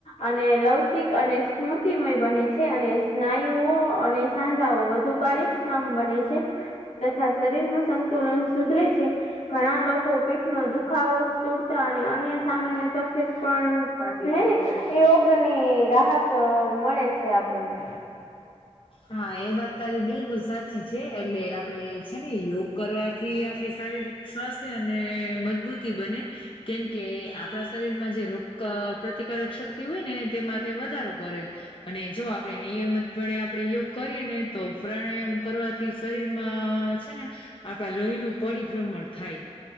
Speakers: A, on the left; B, on the left.
A: અને લવચિક અને સ્મુથ શતિમય બને છે અને સ્નાયુઓ અને સાંધાઓ વધુ કાર્યક્ષણમ બને છે. તથા શરીર નું સંતુલન સુધરે છે. ઘણા લોકો પીઠ નો દુખાવો તૂડતા અને અન્ય સામાન્ય તકલીફ પણ. હને યોગ ની રાહત મળે છે આપણને.
B: હા એ વાત તારી બિલકુલ સાચી છે એટલે આપડે છે ને યોગ કરવાથી આપડી સારી રીતે સ્વસ્થ અને મજબૂતી બને કેમકે આપણા શરીરમાં જે રોગ ક પ્રતિકારક શક્તિ હોય ને તેમાં વધારો કરે અને જો આપણે નિયમિતપણે આપ આપણે યોગ કરીએ ને તો પ્રાણાયામ કરવાથી શરીરમાં છે ને આપણા લોહી નું પરિભ્રમણ થાય.